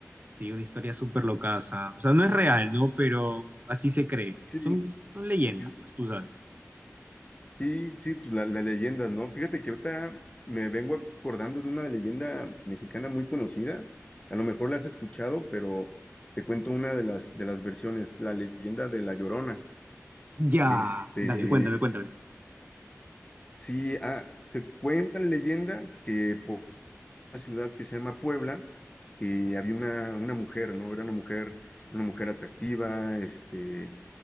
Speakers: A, on the right (about 35°); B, on the left (about 20°).
A: sí, una historia súper loca, o sea, no es real, ¿no? Pero así se cree.
B: Sí,
A: Son, son leyendas,
B: sí,
A: pues tú sabes.
B: sí, sí, pues la, la leyenda, ¿no? Fíjate que ahorita me vengo acordando de una leyenda mexicana muy conocida. A lo mejor la has escuchado, pero te cuento una de las, de las versiones, la leyenda de La Llorona.
A: Ya,
B: Este,
A: dale, cuéntame, cuéntame.
B: Sí, ah, se cuenta la leyenda que por una ciudad que se llama Puebla, eh, había una, una mujer, ¿no? Era una mujer, una mujer atractiva, este,